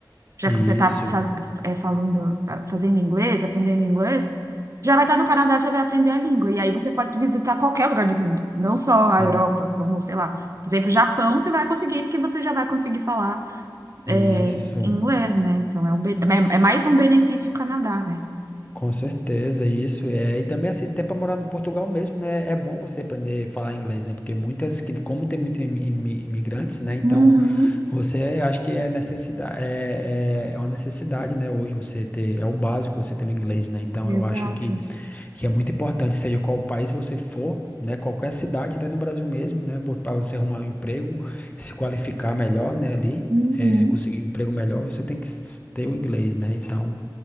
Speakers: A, on the right (about 40°); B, on the left (about 20°).
A: já
B: Isso,
A: que você está faz, é, falando, fazendo inglês, aprendendo inglês, já vai estar no Canadá, já vai aprender a língua. E aí você pode visitar qualquer lugar do mundo, não só a
B: tem-
A: Europa, como, sei lá, quiser ir para o Japão, você vai conseguir, porque você já vai conseguir falar é,
B: isso,
A: inglês, né? Então é, um, be-
B: s-
A: é, é mais um benefício Canadá, né?
B: com certeza, isso é. E também, assim, até para morar no Portugal mesmo, né? É bom você aprender a falar inglês, né? Porque muitas, que- como tem muitos imi- imi- imigrantes, né? Então,
A: Uhum,
B: você acho que é necessidade, é, é, é uma necessidade, né? Hoje você ter, é o básico você ter o inglês, né? Então,
A: exato.
B: eu acho que. que é muito importante, seja qual país você for, né, qualquer cidade, até no Brasil mesmo, né, para você arrumar um emprego, se qualificar melhor, né, ali,
A: Uhum,
B: eh, conseguir um emprego melhor, você tem que s- ter o inglês, né, então,